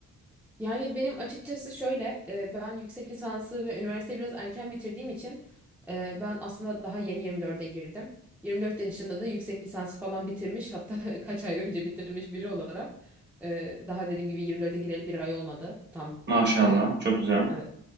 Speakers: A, in the centre; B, on the right (about 30°).
A: Yani benim açıkçası şöyle, e, ben yüksek lisansı ve üniversiteyi biraz erken bitirdiğim için e, ben aslında daha yeni 24'e girdim. 24 yaşında da yüksek lisansı falan bitirmiş, hatta <laughs> kaç ay önce bitirmiş biri olarak. e, Daha dediğim gibi 24'e gireli bir ay olmadı. Tam
B: Maşallah.
A: evet,
B: Çok güzel.
A: evet.